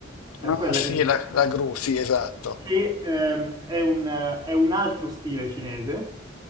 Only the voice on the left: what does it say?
Ah
sì,
la, la gru, sì, esatto.